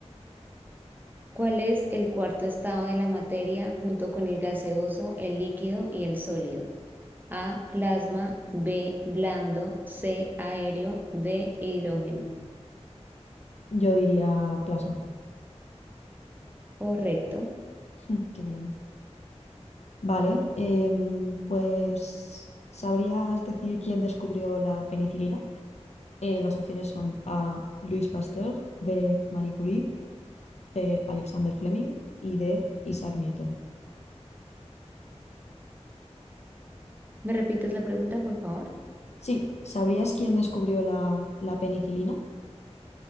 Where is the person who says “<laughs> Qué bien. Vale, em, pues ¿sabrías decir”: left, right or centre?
Left